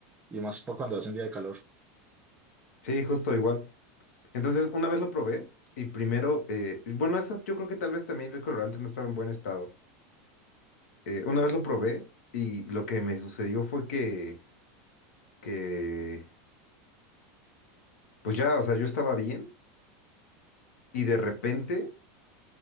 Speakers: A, on the right; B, on the left.
A: Y más para cuando hace un día de calor.
B: Sí, justo igual. Entonces, una vez lo probé y primero, eh, bueno, eso yo creo que tal vez también el colorante no estaba en buen estado. Eh, una vez lo probé y lo que me sucedió fue que, que, pues ya, o sea, yo estaba bien y de repente